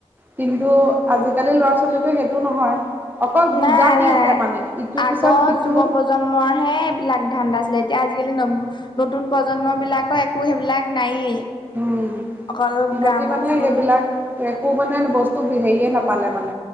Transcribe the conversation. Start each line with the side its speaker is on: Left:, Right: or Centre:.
Right: কিন্তু আজিকালি ল'ৰা ছোৱালী টো সেইটো নহয়। অকল বুজা
Left: নাই
Right: দিছে
Left: নাই।
Right: মানে ইটোৰ
Left: আগৰ
Right: পিছত সিটো
Left: যুৱ প্ৰজন্মৰহে এইবিলাক ধান্দা আছিলে। এতিয়া আজিকালি ন নতুন প্ৰজন্ম বিলাকৰ একো সেইবিলাক নায়েই।
Right: উম
Left: অকল
Right: সিহঁতি
Left: গ্ৰাম'
Right: মানে
Left: ফোন
Right: সেইবিলাক একো মানে বস্তু হেৰিয়ে নাপালে মানে।